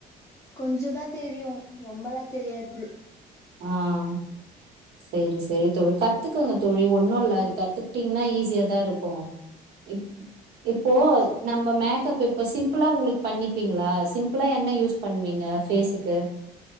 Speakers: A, on the left; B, on the right.
A: கொஞ்சதான் தெரியும் ரொம்பலா தெரியாது
B: ஆஹ் செரி செரி தோழி கத்துக்கங்க தோழி ஒண்ணும் இல்ல அது கத்துக்கிட்டீங்கன்னா ஈஸியாதான் இருக்கும் இப் இப்போ நம்ம மேக்கப் இப்போ சிம்பிளா உங்களுக்கு பண்ணிப்பீங்களா சிம்பிளா என்ன யூஸ் பண்ணுவீங்க பேஸ்க்கு